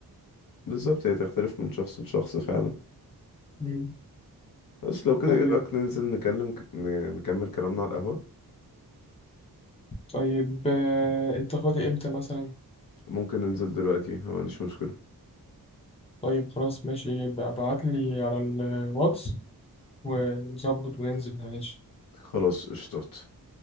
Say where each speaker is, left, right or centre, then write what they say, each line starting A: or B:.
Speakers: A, on the left (about 60°); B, on the left (about 15°).
A: بالظبط هي تختلف من شخص لشخص فعلا
B: مم.
A: بس لو كده
B: طيب
A: ايه رأيك ننزل نكلم ن- نكمل كلامنا على القهوة
B: طيب آه، انت فاضي امتى مثلا
A: ممكن ننزل دلوقتي أنا ما عنديش مشكلة
B: طيب خلاص ماشي يبقى ابعت لي على الواتس ونظبط وننزل ماشي
A: خلاص اشطت